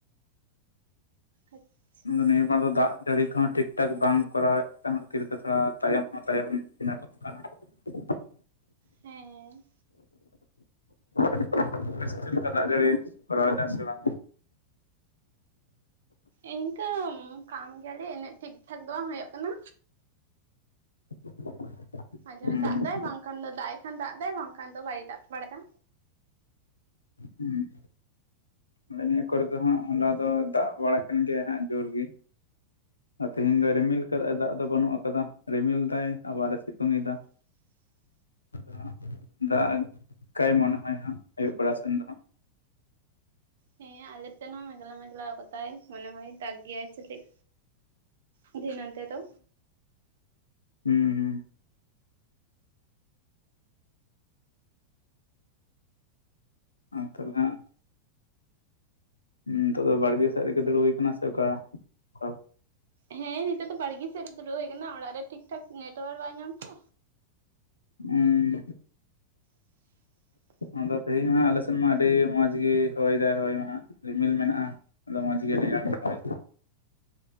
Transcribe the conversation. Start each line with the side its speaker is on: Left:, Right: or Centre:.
Right: ᱟᱪᱪᱷᱟ
Left: ᱱᱤᱭᱟᱹ ᱵᱟᱨ ᱫᱚ ᱫᱟᱜ ᱡᱟᱹᱲᱤ ᱠᱚᱦᱚᱸ ᱴᱷᱤᱠ ᱴᱷᱟᱠ ᱵᱟᱝ ᱠᱚᱨᱟᱣ ᱮᱫ ᱠᱟᱱ ᱠᱷᱟᱹᱛᱤᱨ ᱛᱮ, ᱛᱷᱚᱲᱟ ᱛᱟᱭᱚᱢ ᱦᱚᱸ ᱛᱟᱭᱚᱢ ᱮᱱᱟ᱾ <unintelligible>
Right: ᱦᱮᱸ
Left: ᱟᱯᱮ ᱥᱮ ᱪᱮᱫ ᱞᱮᱠᱟ ᱫᱟᱜ ᱡᱟᱹᱲᱤ ᱠᱚᱨᱟᱣ ᱮᱫᱟ ᱥᱮ ᱵᱟᱝ᱾
Right: ᱤᱱᱠᱟᱹ ᱠᱷᱟᱢ ᱠᱷᱮᱭᱟᱞᱤ ᱤᱱᱟᱹ ᱴᱷᱤᱠᱴᱷᱟᱠ ᱫᱚ ᱵᱟᱝ ᱦᱳᱭᱳᱜ ᱠᱟᱱᱟ᱾
Left: <inaudible>
Right: ᱫᱚᱢᱮ
Left: ᱦᱩᱸ
Right: ᱫᱟᱜ ᱮᱜᱟᱭ ᱵᱟᱝᱠᱷᱟᱱ ᱫᱚ ᱫᱟᱜ ᱮ ᱠᱷᱟᱱ ᱫᱟᱜ ᱮᱫᱟᱭ ᱵᱟᱝᱠᱷᱟᱱ ᱫᱚ ᱵᱟᱭ ᱫᱟᱜ ᱵᱟᱲᱟᱭᱼᱟ᱾
Left: ᱦᱩᱸ ᱟᱞᱮ ᱱᱤᱭᱟᱹ ᱠᱚᱨᱮ ᱫᱚ ᱦᱟᱸᱜ, ᱦᱚᱞᱟ ᱫᱚ ᱫᱟᱜ ᱵᱟᱲᱟ ᱠᱟᱱ ᱜᱮᱭᱟ ᱦᱟᱸᱜ ᱡᱳᱨ ᱜᱮ᱾ ᱛᱮᱦᱮᱧ ᱫᱚ ᱨᱤᱢᱤᱞ ᱟᱠᱟᱫᱟᱭ ᱫᱟᱜ ᱫᱚ ᱵᱟᱹᱱᱩᱜ ᱟᱠᱟᱫᱟ᱾ ᱨᱤᱢᱤᱞ ᱫᱟᱭ ᱟᱵᱟᱨ ᱮ ᱥᱤᱛᱩᱝ ᱮᱫᱟ᱾
Right: <inaudible>
Left: ᱟᱫᱚ, ᱫᱟᱜ ᱠᱟᱭ ᱢᱚᱱᱮ ᱦᱚᱭ ᱟᱹᱭᱩᱵ ᱵᱮᱲᱟ ᱥᱮᱱ ᱫᱚ᱾
Right: ᱦᱮᱸ ᱟᱞᱮ ᱥᱮᱱ ᱦᱚᱸ ᱢᱮᱜᱞᱟ ᱢᱮᱜᱞᱟ ᱠᱟᱫᱟᱭ ᱢᱚᱱᱮ ᱦᱚᱭ ᱫᱟᱜ ᱜᱮᱭᱟᱭ ᱥᱮ ᱪᱮᱫ᱾ ᱟᱫᱚ ᱱᱚᱱᱛᱮ ᱫᱚᱼᱼ
Left: ᱦᱩᱸ ᱦᱩᱸ ᱟᱸ ᱛᱟᱦᱞᱮ ᱦᱟᱸᱜᱼᱼ ᱱᱤᱛᱚᱜ ᱫᱚ ᱵᱟᱲᱜᱮ ᱥᱮ ᱨᱮᱜᱮ ᱫᱩᱲᱩᱯ ᱦᱳᱭ ᱟᱠᱟᱱᱟ ᱥᱮ ᱚᱠᱟ? ᱚᱠᱟ
Right: ᱦᱮᱸ ᱱᱤᱛᱚᱜ ᱫᱚ ᱵᱟᱲᱜᱮ ᱥᱮᱫ ᱨᱮ ᱫᱩᱲᱩᱵ ᱦᱳᱭ ᱟᱠᱟᱱᱟ, ᱚᱲᱟᱜ ᱨᱮ ᱴᱷᱤᱠ ᱴᱷᱟᱠ ᱱᱮᱴᱚᱣᱟᱨᱠ ᱵᱟᱭ ᱧᱟᱢᱟ ᱛᱚ᱾
Left: ᱦᱩᱸ
Right: <inaudible>
Left: ᱟᱫᱚ ᱛᱮᱦᱮᱧ ᱢᱟ ᱦᱟᱸᱜ ᱟᱞᱮᱥᱱ ᱢᱟ ᱟᱹᱰᱤ ᱢᱚᱸᱡᱽ ᱜᱤ ᱦᱚᱭ ᱫᱟᱭ ᱦᱚᱭ ᱢᱟ ᱦᱟᱜ ᱨᱤᱢᱤᱞ ᱢᱮᱱᱟᱜᱼᱟ ᱾ ᱟᱫᱚ ᱢᱚᱡᱽ ᱜᱮ ᱨᱮᱭᱟᱲ ᱜᱮ ᱦᱚᱭᱼᱼ